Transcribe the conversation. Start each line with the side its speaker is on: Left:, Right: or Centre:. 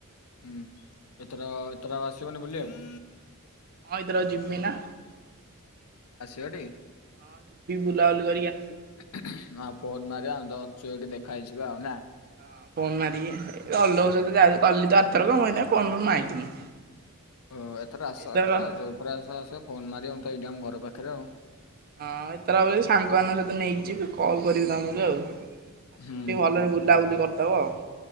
Left: ହୁଁ ଏଥର ଏଥର ଆସିବନି ବୁଲିବାକୁ?
Right: <unintelligible>
Left: ଆସିବଟି?
Right: ହଁ ଯିବି ବୁଲାବୁଲି କରି ଆ
Left: ଉଁହୁଁ ଉଁହୁଁ ହଁ ଫୋନ୍ ମା ଆଉ ତଛୁଇଠି ଦେଖହଇଯିବ ଆଉ ନା।
Right: ହଁ ଫୋନ୍ ମାରିକି ଅଲୋକ ସହିତ ଯା କଲି ତ ଆଥର କମଇଥା ଫୋନ ମାଇଲିନି।
Left: ଓଁ ଏଥର ଆସ
Right: ଏଥରକ
Left: ଏଥର ଯୋଉଥରେ ଆସ ଆସିବ ଫୋନ ମାରିବ ତ ଏଇଟାମ ଘର ପାଖ ଖରେ ଆଉ
Right: ହଁ ଏଥର ଆବ ସାଙ୍ଗମାନାନଙ୍କ ସହିତ ନେଇକି ଯିବି କଲ୍ କରିକି ତମକୁ ଆଉ ଆସିବ
Left: ହୁଁ
Right: ଟିକେ ଭଲରେ ବୁଲାବୁଲି କରି ହଉ ଆଉ